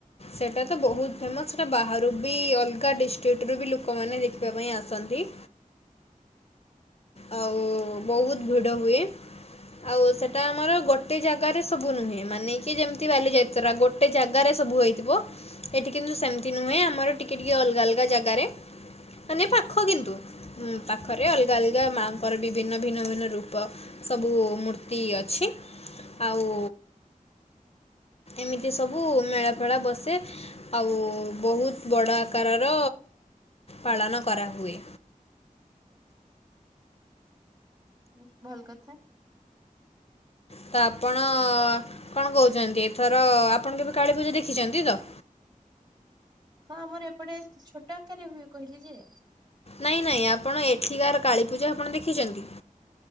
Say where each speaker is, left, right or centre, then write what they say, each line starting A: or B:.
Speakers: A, on the left (about 45°); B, on the right (about 30°).
A: ସେଇଟା ତ ବହୁତ ଫେମସ୍ ସେଇଟା ବାହାରୁ ବି ଅଲଗା ଡିଷ୍ଟ୍ରିକ୍ଟରୁୁ ବି ଲୁକମାନେ ଦେଖିବା ପାଇଁ ଆସନ୍ତି। ଆଉ ବହୁତ ଭିଡ଼ ହୁଏ। ଆଉ ସେଟା ଆମର ଗୋଟେ ଜାଗାରେ ସବୁ ନୁହେଁ ମାନେ କି ଯେମିତି ବାଲିଯାତ୍ରା ଗୋ ଟେ ଜାଗାରେ ସବୁ ହେଇଥିବ। ଏଠି କିନ୍ତୁ ସେମିତି ନୁହେଁ ଆମର ଟିକେ ଟିକେ ଅଲଗା ଅଲଗା ଜାଗାରେ। ମାନେ ପାଖ କିନ୍ତୁ। ହୁଁ ପାଖରେ ଅଲଗା ଅଲଗା ଗା ମାଆଙ୍କର ବି ଭିନ୍ନ ଭିନ୍ନ ଭିନ୍ନ ରୂପ ସବୁ ମୂର୍ତ୍ତି ଅଛି। ଆଉ ଏମିତି ସବୁ ମେଳା ଫେଳା ବସେ। ଆଉ ବହୁତ ବଡ଼ ଆକାରର ପାଳନ କରାହୁଏ।
B: ଉଁ ଭଲ କଥା।
A: ତ ଆପଣ କଣ କହୁଚନ୍ତି? ଏଥର ଆପଣ କେବେ କାଳୀପୂଜା ଦେଖିଚନ୍ତି ତ?
B: ହଁ ଆମର ଏପଟେ ଛୋଟ ଆକାରରେ ହୁଏ କହିଲି ଯେ।
A: ନାଇଁ ନାଇଁ ଆପଣ ଏଠିକାର କାଳୀପୂଜା ଆପଣ ଦେଖିଚନ୍ତି?